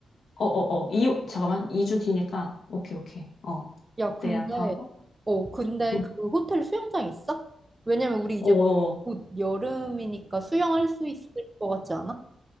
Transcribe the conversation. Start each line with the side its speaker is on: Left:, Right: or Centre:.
Left: 어, 어, 어. 이, 잠깐만. 2주 뒤니까. 오케이, 오케이. 어.
Right: 야, 근데
Left: 그때 예약하고.
Right: 어, 근데
Left: 응.
Right: 그 호텔 수영장 있어? 왜냐면 우리 이제
Left: 어, 어,
Right: 곧 여름이니까 수영할 수 있을 것 같지 않아?